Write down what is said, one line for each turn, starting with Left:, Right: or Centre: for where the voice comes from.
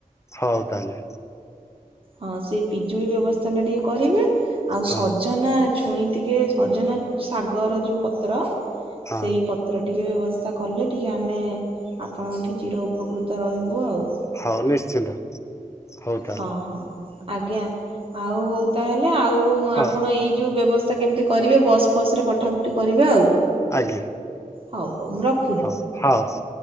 Left: ହଉ ତାହେଲେ।
Right: ହଁ ସେଇ ପିଜୁଳି ବ୍ୟବସ୍ଥା ଟା ଟିକେ କରିବେ। ଆଉ ସଜନା
Left: ହଁ
Right: ଛୁଇଁ ଟିକେ ସଜନା ଶାଗର ଯୋଉ ପତ୍ର,
Left: ହଁ
Right: ସେଇ ପତ ଏଥର ଟିକେ ବ୍ୟବସ୍ଥା କଲେ ଟିକିେ ଆମେ ଆପଣଙ୍କଠି ଚିର ଉପକୃତ ରହିବୁ ଆଉ।
Left: ହଉ ନିଶ୍ଚିନ୍ତ। ହଉ ତାହେଲେ
Right: ହଁ ହଁ। ଆଜ୍ଞା। ଆଉ ହଉ ତାହେଲେ, ଆଉ
Left: ହଉ
Right: ଆପଣ ଏଇ ଯୋଉ ବ୍ୟବସ୍ଥା କେମିତି କରିବେ ବସ୍ ଫସ୍ ରେ ପଠାପଠି କରିବେ ଆଉ।
Left: ଆଜ୍ଞା।
Right: ହଉ ହଉ ମୁଁ ରଖ
Left: ହଉ ହଉ ହଉ।